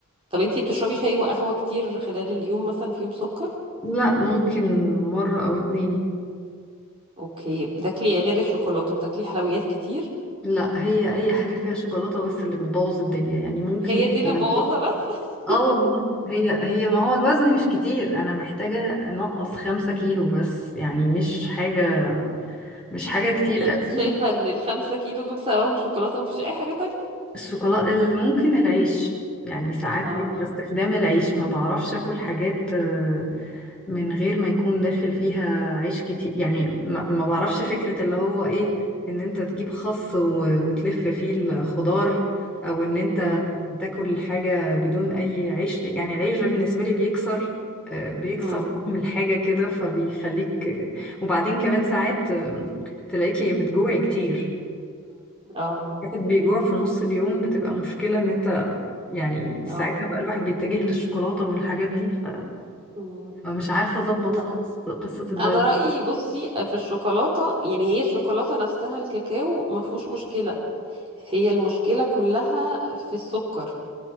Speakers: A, on the right; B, in the centre.
A: طب انتي بتشربي شاي وقهوة كتير خلال اليوم مثلا في يوم سكر
B: لا ممكن مرة او اتنين
A: اوكي بتاكلي غير الشوكولاتة بتاكلي حلويات كتير
B: لا هي اي حاجة فيها شوكولاتة بس اللي بتبوظ الدنيا يعني ممكن
A: هي
B: يبقى
A: دي اللي مبوظة
B: كيك
A: بس <laughs>
B: اه والله هي هي ما هو الوزن مش كتير انا محتاجة انقص خمسة كيلو بس يعني مش حاجة
A: اه
B: مش حاجة كتير
A: يعني
B: قوي
A: انتي شايفة ان الخمسة كيلو دول سببهم شوكولاتة مفيش اي حاجة تانية
B: الشوكولاته اللي ممكن العيش يعني ساعات
A: اه
B: بيبقى استخدام العيش ما بعرفش اكل حاجات آه، من غير ما يكون داخل فيها عيش كتير يعني ما ما بعرفش فكرة اللي هو ايه ان انت تجيب خس و- وتلف فيه الخضار او ان انت
A: امم
B: تاكل حاجة بدون اي عيش يعني العيش ده بالنسبة لي بيكسر آه، بيكسر
A: امم
B: طعم الحاجة كده فبيخليك وبعدين كمان ساعات آه، تلاقيكي بتجوعي كتير
A: اه
B: الواحد بيجوع في نص اليوم بتبقى مشكلة ان انت يعني ساعتها
A: اه
B: بقى الواحد بيتجه للشوكولاتة والحاجات دي ف-
A: مم.
B: فمش
A: مم.
B: عارفة اظبط
A: لا
B: خالص قصة الدايت
A: انا رأيي بصي في الشوكولاتة يعني هي الشوكولاتة نفسها الكاكاو مفهوش مشكلة هي المشكلة كلها في السكر